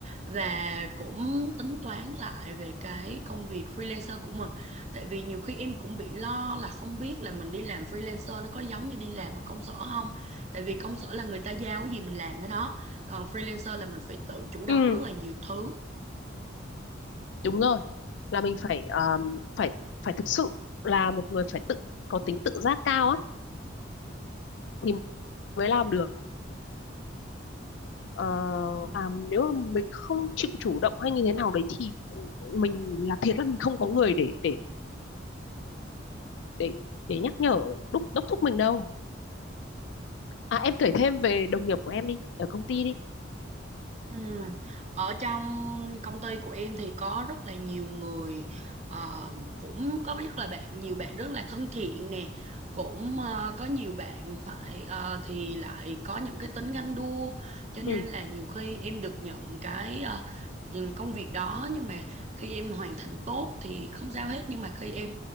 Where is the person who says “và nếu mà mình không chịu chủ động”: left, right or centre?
Left